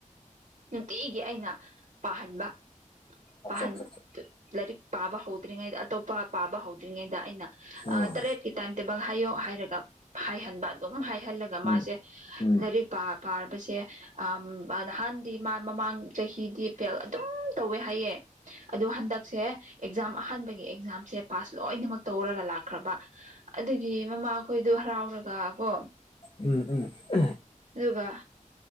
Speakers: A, on the right; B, on the left.
A: ꯅꯨꯡꯇꯤꯒꯤ ꯑꯩꯅ ꯄꯥꯍꯟꯕ
B: ꯑꯠꯆꯥ
A: ꯄꯥꯍꯟ
B: ꯑꯠꯆꯥ ꯑꯠꯆꯥ
A: ꯂꯥꯏꯔꯤꯛ ꯄꯥꯕ ꯍꯧꯗ꯭ꯔꯤꯉꯩꯗ ꯑꯇꯣꯞꯄ ꯄꯥꯕ ꯍꯧꯗ꯭ꯔꯤꯉꯩꯗ ꯑꯩꯅ
B: ꯑꯥ
A: ꯇꯔꯦꯠꯀꯤ ꯇꯥꯏꯝ ꯇꯦꯕꯜ ꯍꯥꯏꯌꯣ ꯍꯥꯏꯔꯒ ꯍꯥꯏꯍꯟꯕ ꯑꯗꯨꯝ ꯍꯥꯏꯍꯜꯂꯒ ꯃꯥꯁꯦ
B: ꯎꯝ ꯎꯝ
A: ꯂꯥꯏꯔꯤꯛ ꯄꯥ <inaudible> ꯁꯦ ꯑ ꯅꯍꯥꯟꯗꯤ ꯃꯥ ꯃꯃꯥꯡ ꯆꯍꯤꯗꯤ ꯐꯦꯜ ꯑꯗꯨꯝ ꯇꯧꯋꯦ ꯍꯥꯏꯌꯦ ꯑꯗꯨꯗꯣ ꯍꯟꯗꯛꯁꯦ ꯑꯦꯛꯖꯥꯝ ꯑꯍꯥꯟꯕꯒꯤ ꯑꯦꯛꯖꯥꯝꯁꯦ ꯄꯥꯁ ꯂꯣꯏꯅꯃꯛ ꯇꯧꯔꯒ ꯂꯥꯛꯈ꯭ꯔꯕ ꯑꯗꯨꯒꯤ ꯃꯃꯥꯈꯣꯏꯗꯨ ꯍꯔꯥꯎꯔꯒ ꯀꯣ
B: ꯎꯝ ꯎꯝ
A: ꯑꯗꯨꯒ